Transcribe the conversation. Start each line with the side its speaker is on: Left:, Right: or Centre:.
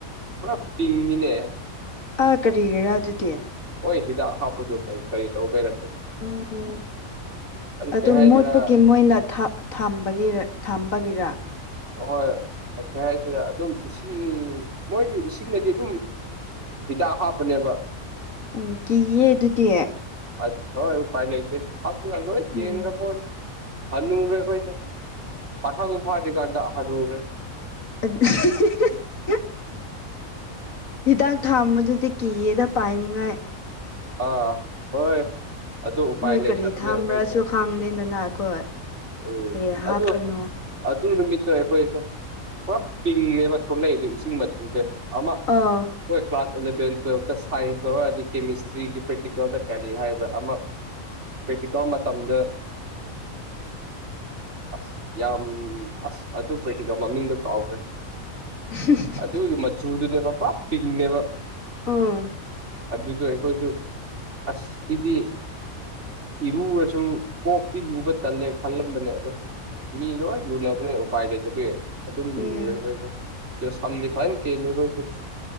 Right: ꯄꯨꯔꯥ ꯄꯤꯡꯅꯤꯅꯦ
Left: ꯑꯥ ꯀꯔꯤꯒꯤꯔꯥ ꯑꯗꯨꯗꯤ
Right: ꯃꯣꯏ ꯍꯤꯗꯥꯛ ꯍꯥꯞꯄꯗꯨ ꯀꯩ ꯀꯔꯤ ꯇꯧꯕꯩꯔꯥ
Left: ꯑꯣ ꯑꯣ ꯑꯗꯨ
Right: ꯀꯩ ꯍꯥꯏꯁꯤꯔꯥ
Left: ꯃꯣꯠꯄꯒꯤ ꯃꯣꯏꯅ ꯊꯥ ꯊꯝꯕꯒꯤ ꯊꯝꯕꯒꯤꯔ
Right: ꯑꯍꯣꯏ ꯀꯩ ꯍꯥꯏꯁꯤꯔꯦ ꯑꯗꯨꯝ ꯏꯁꯤꯡ ꯃꯣꯏꯗꯤ ꯏꯁꯤꯡꯗꯗꯤ ꯑꯗꯨꯝ ꯍꯤꯗꯥꯛ ꯍꯥꯞꯄꯅꯦꯕ
Left: ꯑꯣ ꯀꯤꯌꯦ ꯑꯗꯨꯗꯤ
Right: ꯑꯗ ꯍꯣꯏ ꯎꯄꯥꯏ ꯂꯩꯇꯦ ꯁꯝꯒ ꯂꯣꯏ ꯀꯦꯟꯒ꯭ꯔ
Left: ꯎꯝ
Right: ꯄꯣꯠꯅꯤ ꯍꯟꯅꯨꯈ꯭ꯔꯦ ꯑꯩꯈꯣꯏꯁꯦ ꯄꯥꯈꯪ ꯐꯥꯗ꯭ꯔꯤꯀꯥꯟꯗ ꯍꯟꯅꯨꯈ꯭ꯔꯦ
Left: ꯑꯗ <unintelligible> ꯍꯤꯗꯥꯛ ꯊꯥꯝꯕꯗꯨꯗꯤ ꯀꯤꯌꯦꯗ ꯄꯥꯏꯅꯤꯡꯉꯥꯏ
Right: ꯑꯥ ꯍꯣꯏ ꯑꯗꯨ ꯎꯄꯥꯏ
Left: ꯃꯣꯏ
Right: ꯂꯩꯇꯕꯅꯤꯅ
Left: ꯀꯔꯤ ꯊꯥꯝꯕ꯭ꯔꯥꯁꯨ
Right: ꯑꯩꯈꯣꯏꯁꯦ
Left: ꯈꯥꯡꯅꯤꯗꯅ ꯑꯈꯣꯏ
Right: ꯎꯝ
Left: ꯀꯔꯤ ꯍꯥꯞꯄꯅꯣ
Right: ꯑꯗꯨ ꯑꯗꯨ ꯅꯨꯃꯤꯠꯇ ꯑꯩꯈꯣꯏꯁꯦ ꯄꯨꯂꯞ ꯄꯤꯡꯅꯦꯕ ꯊꯣꯛꯂꯛꯏꯗꯨ ꯏꯁꯤꯡ ꯃꯆꯨꯁꯦ ꯑꯃ
Left: ꯑꯣ
Right: ꯍꯣꯏ ꯀ꯭ꯂꯥꯁ ꯏꯂꯚꯦꯟ ꯇꯨꯋꯦꯜꯐꯇ ꯁꯥꯏꯟꯁ ꯂꯧꯔꯛꯑꯗꯤ ꯀꯦꯃꯤꯁꯇ꯭ꯔꯤꯒꯤ ꯄ꯭ꯔꯦꯛꯇꯤꯀꯦꯜꯗ ꯀꯔꯤ ꯍꯥꯏꯕ꯭ꯔꯥ ꯑꯃ ꯄ꯭ꯔꯦꯛꯇꯤꯀꯦꯜ ꯃꯇꯝꯗ ꯑꯁ ꯌꯥꯝ ꯑꯁ ꯑꯗꯨ ꯄ꯭ꯔꯦꯛꯇꯤꯀꯦꯜ ꯃꯃꯤꯡꯗꯨ ꯀꯥꯎꯈ꯭ꯔꯦ
Left: <unintelligible>
Right: ꯑꯗꯨꯢꯗꯨ ꯃꯆꯨꯗꯨꯅꯦꯕ ꯄꯣꯔꯥ ꯄꯤꯡꯅꯦꯕ
Left: ꯎꯝ
Right: ꯑꯗꯨꯗꯣ ꯑꯩꯈꯣꯏꯁꯨ ꯑꯁ ꯁꯤꯗꯤ ꯏꯔꯨꯔꯁꯨ ꯀꯣꯛꯇꯤ ꯂꯨꯕ ꯇꯜꯂꯦ ꯈꯜꯂꯝꯕꯅꯦ ꯑꯗꯣ ꯃꯤ ꯂꯣꯢ ꯂꯨꯅꯕꯅꯦ ꯎꯄꯥꯏ ꯂꯩꯇꯕꯒꯤ ꯑꯗꯨꯝ
Left: ꯎꯝ
Right: ꯂꯨꯔꯦ ꯑꯩꯈꯣꯏꯁꯨ ꯑꯗꯨ ꯁꯝꯗꯤ ꯐꯖꯅ ꯀꯦꯂꯤ ꯑꯈꯣꯢꯁꯨ